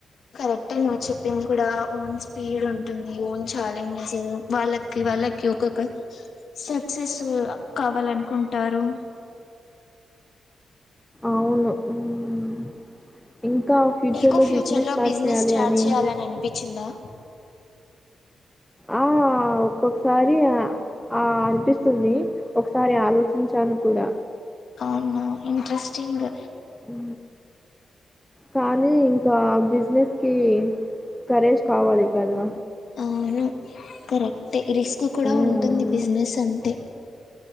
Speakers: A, on the left; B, in the centre.
A: కరెక్టే నువ్ చెప్పింది కుడా ఓన్ స్పీడ్
B: హ్మ్.
A: ఉంటుంది ఓన్ ఛాలెంజస్ వాళ్ళక్ వాళ్ళకి ఒకొక్క సక్సెస్ కావాలనుకుంటారు
B: అవును ఉమ్ ఇంకా ఫ్యూచర్‌లో
A: నీకు ఫ్యూచర్లో
B: బిజినెస్ స్టార్ట్
A: బిజ్నెస్
B: చేయాలి
A: స్టార్ట్
B: అని
A: చేయాలనన్పిచిందా
B: ఆ ఒక్కొక్కసారి అ అనిపిస్తుంది ఒకసారి ఆలోచించాను కుడా
A: అవున్ ఇంట్రెస్టింగ్
B: ఉ కానీ ఇంకా బిజినెస్కి కరేజ్ కావాలి కదా
A: అవును కరెక్టే రిస్క్ కుడా
B: హ్మ్.
A: ఉంటుంది బిజ్నెస్ అంటే